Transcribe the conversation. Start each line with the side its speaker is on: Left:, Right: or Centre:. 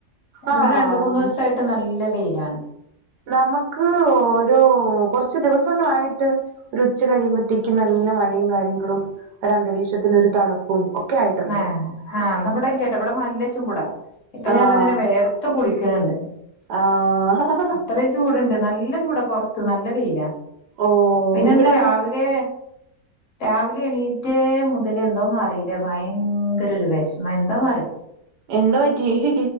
Left: ഇവിടെ
Right: ആഹ്
Left: രണ്ട് മൂന്ന് സായിട്ട് നല്ല വെയിലാണ്.
Right: നമുക്ക് ഒരു കുറച്ച് ദിവസങ്ങളായിട്ട്. ഒരു ഉച്ച കഴിയുമ്പോഴത്തേക്കും നല്ല മഴയും കാര്യങ്ങളും ഒര ന്തരീക്ഷത്തില് ഒരു തണുപ്പും. ആയിട്ടുണ്ട്
Left: ഏഹ് ആഹ് ന്ന ഇവിടെ ഇല്ലേട്ടോ. ഇവിടെ നല്ല ചൂടാ. ഇപ്പൊ
Right: ആഹ്
Left: ഞാൻ അതങ്ങനെ വേർത്ത് കുളിക്കുന്നുണ്ട്.
Right: ആഹ് ഹ ഹ
Left: അത്രയും ചൂടുണ്ട്. നല്ല ചൂടാ. പുറ ത്ത് നല്ല വൊയില.
Right: ഓ
Left: പിന്നെ
Right: ഇവിടെന്ന്
Left: ന്ന് രാവിലെ രാവിലെ എണീറ്റേ മുതല് എന്തോന്ന റില്ല. ഭയങ്കര രു വേഷമം. എന്താ അറില്ല.
Right: എന്തോ പറ്റി. ഹീ